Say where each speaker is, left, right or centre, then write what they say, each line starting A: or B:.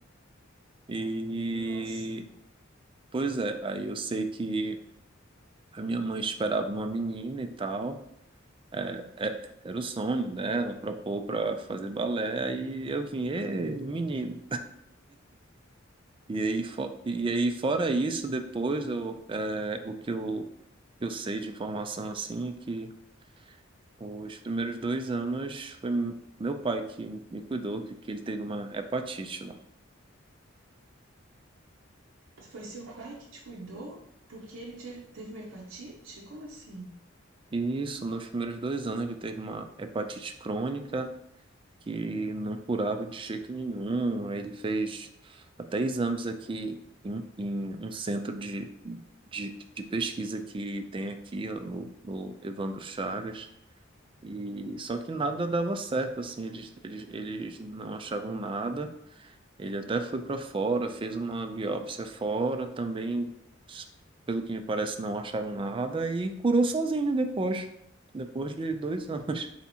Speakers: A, on the right; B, on the right.
A: E
B: Nossa.
A: pois é, aí eu sei que a minha mãe esperava uma menina e tal. É, é, era o sonho dela, propôs para fazer balé, aí eu vim, ê, menino. E aí, fo- e aí, fora isso, depois eu, é, o que eu, eu sei de informação assim é que os primeiros dois anos foi meu pai que me cuidou, que, que ele teve uma hepatite lá
B: Foi seu pai que te cuidou? Porque ele te- teve uma hepatite? Como assim?
A: Isso, nos primeiros dois anos ele teve uma hepatite crônica que não curava de jeito nenhum. Aí Ele fez até exames aqui em, um em um centro de, de, de pesquisa que tem aqui ó, no, no Evandro Chagas. E só que nada dava certo, assim, eles, eles, eles não achavam nada. Ele até foi para fora, fez uma biópsia fora também, pelo que me parece, não acharam nada e curou sozinho depois, depois de dois <laughs> anos,